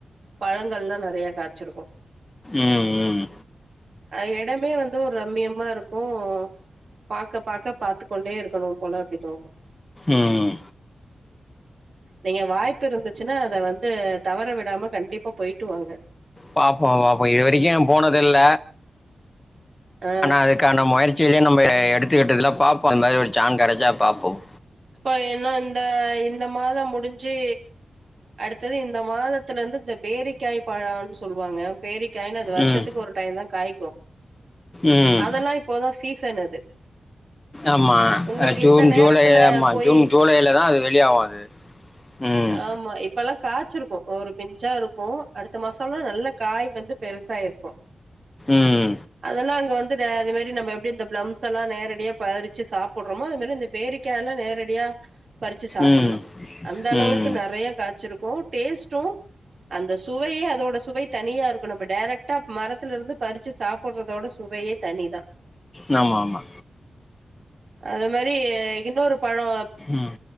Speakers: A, on the right (about 60°); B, on the left (about 20°).
A: பழங்கள் எல்லாம் நிறைய காய்ச்சிருக்கும்
B: உம் உம்
A: அஹ் இடமே வந்து ஒரு ரம்மியமா இருக்கும் பாக்க பாக்க பாத்து கொண்டே இருக்கணும் போல அப்படி தோணும்
B: உம்
A: நீங்க வாய்ப்பு இருந்துச்சுன்னா அத வந்து தவற விடாம கண்டிப்பா போயிட்டு வாங்க
B: பாப்போ பாப்போ இதுவரைக்கும் போனதுல்ல
A: ஆ
B: ஆனா அதுக்கான முயற்சியிலயு நம்ம எடுத்துக்கிட்டதுல பார்போம் அந்த ஒரு சான் கெடச்சா பாப்போம்
A: இப்ப என்ன இந்த இந்த மாதம் முடிஞ்சு அடுத்தது இந்த மாதத் த்துல இருந்து இந்த பேரிக்காய் பழோன்னு சொல்வாங்க பேரிக் <unintelligible> வருஷத்துக்கு
B: ம்
A: ஒரு டைம் தான் காய்க் க்கு
B: ம்
A: அதெல்லா இப்போதா சீசன் அது
B: ஆமா
A: உங்களுக்கு
B: ஆ ஜூன்
A: இந்த நேரத்துல
B: ஜூலை ஆமா
A: போய்
B: ஜூன் ஜூலைலதா அது வெளியாவு அது ம்
A: ஆமா இப்பெல்லாம் காய்சிருக்கும் ஒரு பிஞ்சா இருக்கும் அடுத்த மாசம்லாம் நல்ல காய் வந்து பெருசாயிருக்கும்
B: ம்
A: அதெல்லா அங்க வந் க்கிற அது மாரி நம்ம எப்டி இந்த பிளம்ஸ் எல்லா நேரடியா பறிச்சு சாப்பிடுறோமோ அது மாரி இந்த பேரிக்கா எல்லா நேரடியா பறிச்சு சாப்பிடலாம்
B: ம்
A: அந்த அளவு
B: ம்
A: க்கு நறிய கா வெச்சியிருக்கோ டேஸ்ட்டும் அந்த சுவையே அதோட சுவை தனியா இருக்கனும் இப்போ டேரக்டா மரத்தல இருந்து பறிச்சு சாப்பிடுறதோட சுவையே தனிதான்
B: நாமமா
A: அது மாரி இன்னொரு பழம்
B: ம்